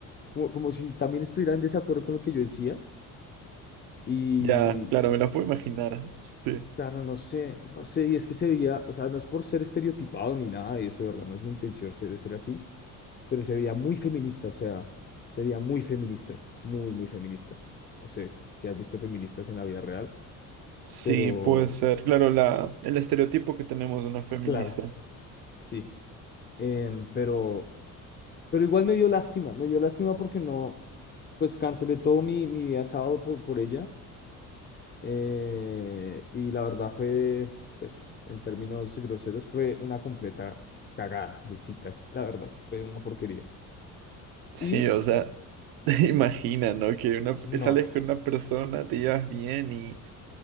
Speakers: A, on the left (about 30°); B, on the right (about 80°).
A: como, como si también estuviera en desacuerdo con lo que yo decía. Y,
B: ya, claro, me lo puedo imaginar. Sí.
A: y claro, no sé, no sé, y es que se veía, o sea, no es por ser estereotipado ni nada de eso, de verdad, no es mi intención ser, ser así, pero se veía muy feminista, o sea, se veía muy feminista, muy, muy feminista. No sé si has visto feministas en la vida real,
B: Sí,
A: pero
B: puede ser, claro, la, el estereotipo que tenemos de una feminista.
A: claro, sí. Em, pero, pero igual me dio lástima, me dio lástima porque no, pues cancelé todo mi, mi día sábado por, por ella. eh, y la verdad fue, pues en términos groseros, fue una completa cagada de cita, la verdad, fue una porquería.
B: Sí,
A: Y
B: o sea. <laughs> Imagina, ¿no? Que una,
A: no,
B: sales con una persona, te llevas bien y